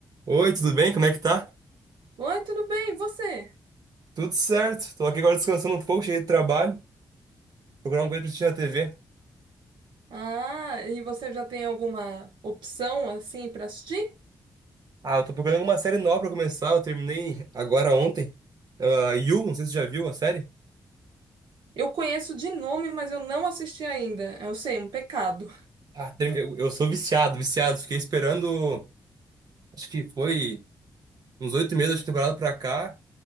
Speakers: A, on the right; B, on the right.
A: Oi, tudo bem? Como é que tá?
B: Oi, tudo bem? E você?
A: Tudo certo. Tô aqui agora descansando um pouco, cheguei do trabalho, procurar uma coisa pra assistir na TV.
B: Ah, e você já tem alguma opção assim para assistir?
A: Ah, eu tô procurando uma série nova pra começar, eu terminei agora ontem. Ah, You, não sei se você já viu a série.
B: Eu conheço de nome, mas eu não assisti ainda. Eu sei, um pecado.
A: Ah, tem- eu, eu sou viciado, viciado. Fiquei esperando, acho que foi uns oito meses de temporada pra cá.